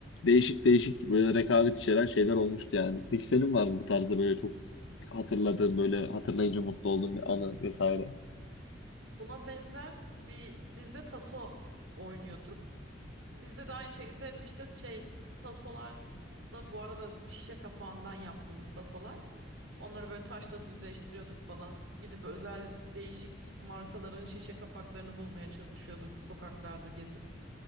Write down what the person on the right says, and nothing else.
Buna benzer bir biz de taso oynuyorduk. Bizde de aynı şekilde hep işte şey tasolar da bu arada şişe kapağından yaptığımız tasolar. Onları böyle taşla düzleştiriyorduk falan. Gidip özel değişik markaların şişe kapaklarını bulmaya çalışıyorduk sokaklarda gezip.